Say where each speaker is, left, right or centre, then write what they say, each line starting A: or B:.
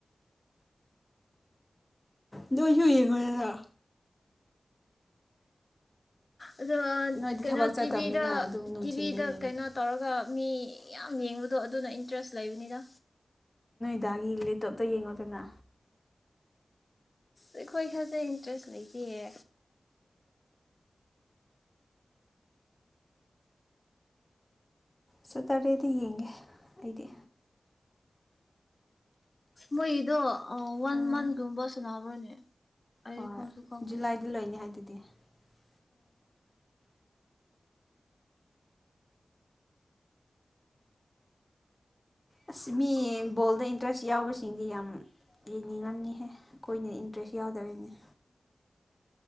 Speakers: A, on the left; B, on the left.
A: ꯅꯁꯨꯨꯏ ꯌꯦꯉꯗ
B: ꯑꯗꯣ
A: ꯅꯣꯏꯗꯤ
B: ꯀꯩꯅꯣ
A: ꯊꯕꯛ ꯆꯠꯇꯕꯅꯤꯅ
B: ꯇꯤꯚꯤꯗ
A: ꯑꯗꯨꯝ ꯅꯨꯡꯊꯤꯟꯗ
B: ꯇꯤꯚꯤꯗ
A: ꯌꯦꯡꯉ
B: ꯀꯩꯅꯣ ꯇꯧꯔꯒ ꯃꯤ ꯌꯥꯝ ꯌꯦꯡꯕꯗꯣ ꯑꯗꯨꯅ ꯗ꯭ꯔꯦꯁ ꯂꯩꯕꯅꯤꯗ
A: ꯍꯗꯥꯒꯤ ꯂꯦꯞꯇꯣꯞꯇ ꯌꯦꯡꯉꯣꯗꯅ
B: ꯑꯩꯈꯣꯏ ꯈꯔꯗꯤ ꯏꯟꯇꯔꯦꯁ ꯂꯩꯇꯦꯌꯦ
A: ꯁꯇꯥꯔꯗꯦꯗꯤ ꯌꯦꯡꯒꯦ ꯑꯩꯗꯤ
B: ꯃꯣꯏ ꯏꯗꯣ ꯋꯥꯟ
A: ꯑꯥ
B: ꯃꯟꯊꯒꯨꯝꯕ ꯁꯅꯥꯕ꯭ꯔꯅꯦ ꯑꯩꯔ
A: ꯍꯣꯏ
B: ꯀꯁꯨ ꯈꯣꯡꯗꯦ
A: ꯖꯨꯂꯥꯏꯗ <inaudible> ꯑꯁ ꯃꯤ ꯕꯣꯜꯗ ꯏꯟꯇꯔꯦꯁ ꯌꯥꯎꯕꯁꯤꯡꯁ ꯌꯥꯝ ꯌꯦꯡꯅꯤꯡꯉꯝꯅꯤꯍꯦ ꯑꯩꯈꯣꯏꯅ ꯏꯟꯇꯔꯦꯁ ꯌꯥꯎꯗꯧꯔꯤꯅꯦ